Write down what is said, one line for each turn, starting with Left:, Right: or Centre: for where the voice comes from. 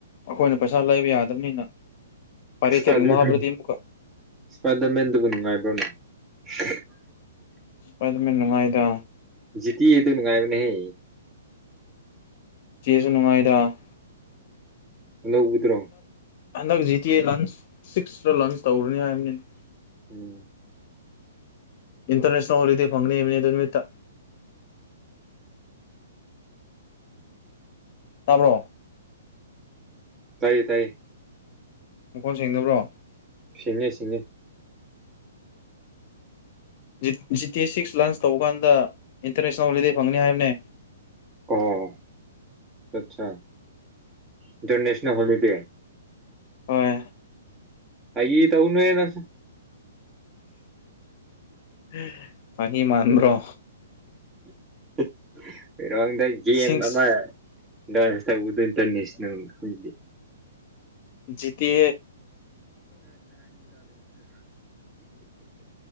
Left: ꯑꯩꯈꯣꯏꯅ ꯄꯩꯁꯥꯅ ꯂꯩꯕ ꯌꯥꯗꯕꯅꯤꯅ ꯄꯥꯏꯔꯦꯇꯦꯠꯒꯨꯝꯕ
Right: ꯁꯄꯥꯗꯔꯃꯦꯟ
Left: ꯍꯥꯞꯄ꯭ꯔꯗꯤ ꯑꯃꯨꯛꯀ
Right: ꯁꯄꯥꯗꯔꯃꯦꯟꯗꯨꯕꯨ ꯅꯨꯡꯉꯥꯏꯕꯔꯣꯅꯦ ꯍꯥꯍꯥꯍꯥ
Left: ꯁꯄꯥꯗꯔꯃꯦꯅ ꯅꯨꯡꯉꯥꯏꯗ
Right: ꯖꯤꯠꯇꯤ ꯍꯥꯏꯗꯣꯏ ꯅꯨꯉꯥꯏꯕꯅꯦ ꯍꯦ
Left: ꯗꯨ ꯅꯨꯡꯉꯥꯏꯗ
Right: ꯑꯅꯧꯕꯤꯗꯣꯔꯣ
Left: ꯍꯗꯛ G T A launch six launch ꯇꯧꯔꯅꯤ ꯍꯥꯢꯕꯅꯤ
Right: ꯎꯝ
Left: ꯏꯟꯇꯔꯦꯁ ꯇꯧꯔꯦꯗꯤ ꯐꯝꯅꯤ ꯍꯥꯢꯕꯅꯤ ꯑꯗꯨꯢ ꯅꯨꯃꯤꯠꯇ ꯇꯥꯕ꯭ꯔꯣ
Right: ꯇꯥꯏꯌꯦ ꯇꯥꯏꯌꯦ
Left: ꯃꯈꯣꯟ ꯁꯦꯡꯗꯕ꯭ꯔꯣ
Right: ꯁꯦꯟꯂꯦ ꯁꯤꯟꯂꯦ
Left: ꯑ ꯖꯤ ꯇꯤ ꯁꯤꯛꯁ ꯂꯣꯟꯁ ꯇꯧꯕ ꯀꯥꯟꯗ ꯏꯟꯇꯔꯦꯁ ꯌꯥꯎꯔꯗꯤ ꯐꯪꯒꯅꯤ ꯍꯥꯏꯕꯅꯦ
Right: ꯑꯣ ꯑꯠꯆꯥ ꯏꯟꯇꯔꯅꯦꯁꯅꯦꯜ ꯍꯣꯂꯤꯗꯦ
Left: ꯍꯣꯏ
Right: ꯐꯥꯒꯤ ꯇꯧꯅꯦꯅ
Left: <unintelligible> ꯐꯥꯒꯤ ꯃꯥꯟꯕ꯭ꯔꯣ
Right: <unintelligible> ꯍꯣꯏꯔꯣꯡꯗ ꯒꯦꯝ
Left: ꯁꯤꯛꯁ
Right: ꯑꯃ <unintelligible> ꯇꯧꯕꯗ ꯏꯟꯇꯔꯅꯦꯁꯅꯦꯜ ꯍꯣꯏꯗꯤ
Left: ꯖꯤ ꯇꯦ
Right: <unintelligible> <unintelligible>